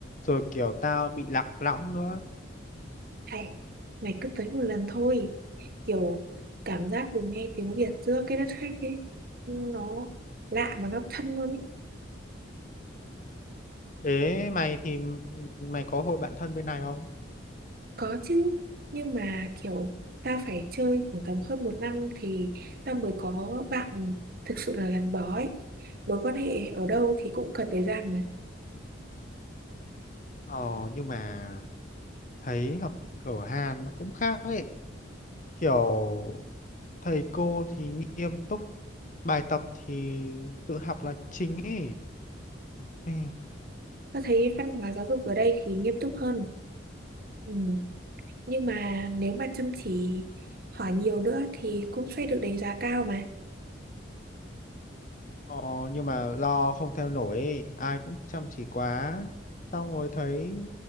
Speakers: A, on the left; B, on the right.
A: rồi kiểu tao bị lạc lõng nữa
B: hay mày cứ tới một lần thôi kiểu cảm giác được nghe tiếng Việt giữa cái đất khách ấy nó lạ và nó thân luôn ấy
A: Ế mày thì m- mày có hội bạn thân bên này không?
B: có chứ nhưng mà kiểu ta phải chơi khoảng tầm hơn một năm thì ta mới có bạn thực sự là gắn bó ấy mối quan hệ ở đâu thì cũng cần thời gian mà
A: Ờ nhưng mà thấy học ở Hàn nó cũng khác ấy kiểu thầy cô thì nghiêm túc bài tập thì tự học là chính ấy Ừ.
B: ta thấy văn hóa giáo dục ở đây thì nghiêm túc hơn ừ. nhưng mà nếu mà chăm chỉ hỏi nhiều nữa thì cũng sẽ được đánh giá cao mà
A: ờ, nhưng mà lo không theo nổi ấy. ai cũng chăm chỉ quá xong rồi thấy